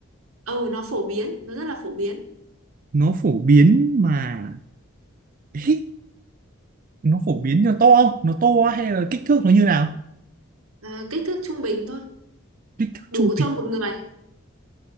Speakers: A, on the right; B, on the right.
A: ừ nó phổ biến nó rất là phổ biến
B: nó phổ biến mà Ý, nó phổ biến nó to không nó to hay là kích thước nó như nào
A: Ờ, kích thước trung bình thôi
B: kích thước
A: đủ
B: trung
A: cho
B: bình
A: một người